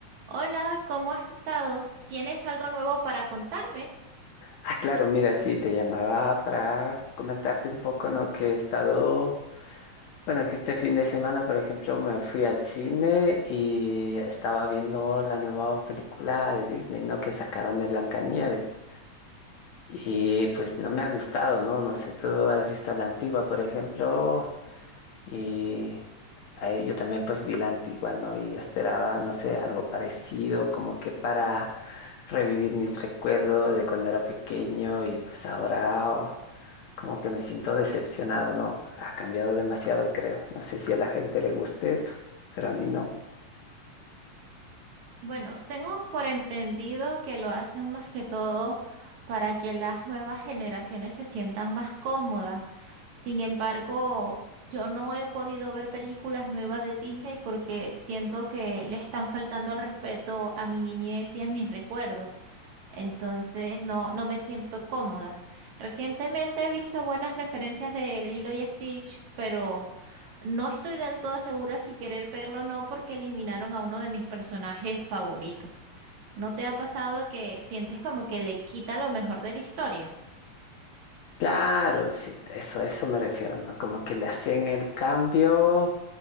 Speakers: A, on the right; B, on the left.
A: Hola, ¿cómo has estado? ¿Tienes algo nuevo para contarme?
B: Ah, claro, mira, sí, te llamaba para comentarte un poco, ¿no? Que he estado, bueno, que este fin de semana, por ejemplo, me fui al cine y estaba viendo la nueva película de Disney, ¿no? Que sacaron de Blancanieves. Y pues no me ha gustado, ¿no? No sé, tú has visto la antigua, por ejemplo, y eh, yo también pues vi la antigua, ¿no? Y yo esperaba, no sé, algo parecido, como que para revivir mis recuerdos de cuando era pequeño y pues ahora como que me siento decepcionado, ¿no? Ha cambiado demasiado, creo. No sé si a la gente le guste eso, pero a mí no.
A: Bueno, tengo por entendido que lo hacen más que todo para que las nuevas generaciones se sientan más cómodas. Sin embargo, yo no he podido ver películas nuevas de Disney porque siento que le están faltando al respeto a mi niñez y a mis recuerdos. Entonces no, no me siento cómoda. Recientemente he visto buenas referencias de Lilo y Stitch, pero no estoy del todo segura si querer verlo o no porque eliminaron a uno de mis personajes favoritos. ¿No te ha pasado que sientes como que le quita lo mejor de la historia?
B: Claro, sí, eso, eso me refiero, ¿no? Como que le hacen el cambio,